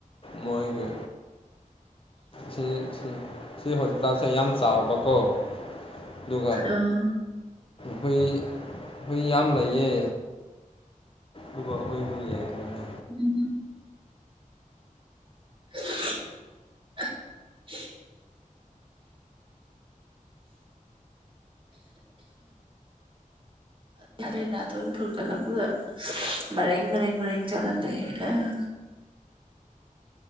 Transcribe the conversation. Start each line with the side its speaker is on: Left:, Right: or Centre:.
Left: ꯃꯣꯏꯒ ꯁꯤ ꯁꯤꯦ ꯁꯤ ꯍꯣꯁꯄꯤꯇꯥꯜꯁꯦ ꯌꯥꯝ ꯆꯥꯎꯕꯀꯣ ꯑꯗꯨꯒ
Right: ꯑꯥ
Left: ꯍꯨꯏ ꯍꯨꯏ ꯌꯥꯝ ꯂꯩꯌꯦ ꯗꯨꯒ ꯍꯨꯏꯗꯨ ꯌꯦꯡꯕꯅꯦ
Right: ꯎꯝ <unintelligible> ꯑ <unintelligible> ꯑꯍꯨ ꯑꯍꯨ ꯌꯥꯔꯦ ꯅꯥꯇꯣꯟ ꯐꯨꯟꯒꯠ ꯂꯛꯄꯗ ꯃꯔꯔꯦꯡ ꯃꯔꯦꯡ ꯃꯔꯦꯡ ꯆꯠꯂ ꯂꯩꯔꯦ ꯑꯥ